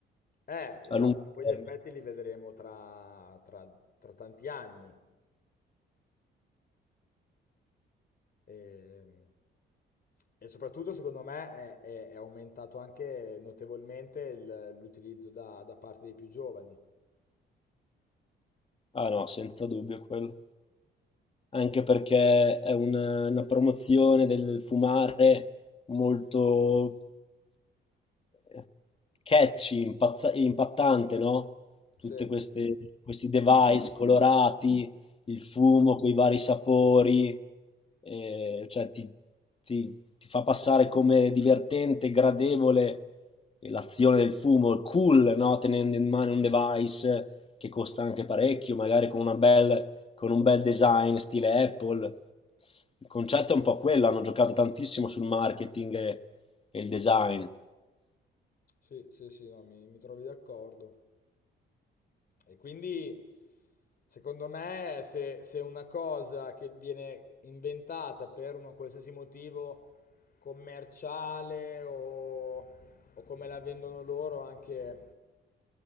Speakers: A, on the left; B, on the left.
A: Eh, esatto,
B: A lungo
A: poi
B: termine.
A: gli effetti li vedremo tra, tra tra tanti anni. E, e soprattutto, secondo me, è, è- è aumentato anche notevolmente il- l'utilizzo da, da parte dei più giovani.
B: Ah no, senza dubbio quello. anche perché è una, una promozione del fumare molto eh, catchy, impazza- impattante, no?
A: Sì,
B: Tutti questi device colorati, il fumo con i vari sapori, eh, cioè ti, ti- ti fa passare come divertente, gradevole eh, l'azione del fumo, cool, no? Tenendo in mano un device che costa anche parecchio, magari con una bella con un bel design stile Apple. Il concetto è un po' quello, hanno giocato tantissimo sul marketing e, e il design.
A: sì, sì, sì, no, mi, mi trovi d'accordo. E quindi, secondo me, se, se una cosa che viene inventata per un qualsiasi motivo commerciale o, o come la vendono loro, anche